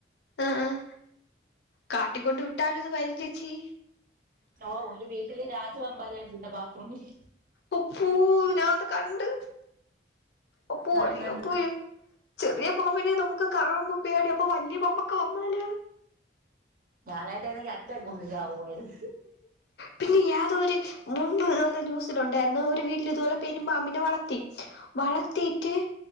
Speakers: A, on the left (about 65°); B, on the right (about 45°).
A: ആഹ് ആഹ് കാട്ടിക്കൊണ്ട് വിട്ടാലും അത് വരും ചേച്ചി
B: ഓഹ് ഒരു വീട്ടില് രാജവെമ്പാല ഇണ്ട് ബാത്റൂമില്
A: ഉപ്പൂ ഞാത് കണ്ട് ഉപ്പൂ
B: ഞാനും
A: വലിയപ്പൂവേ
B: കണ്ട്
A: ചെറിയ പാമ്പിനെ നമുക്ക് കാണുമ്പോ പേടിയാ അപ്പൊ വലിയ പമ്പൊക്കെ വന്നാല
B: ഞാനൊക്കെ ആണേ അറ്റാക്ക് വന്ന് ചാവുവേര്ന്ന്
A: പിന്നെ ഏതോ ഒരു മുമ്പ് ഇതുപോലെ ന്യൂസിലുണ്ടായിന്ന് ഒരു വീട്ടില് ഇതുപോലെ പെരുമ്പാമ്പിനെ വളർത്തി വളത്തീറ്റ്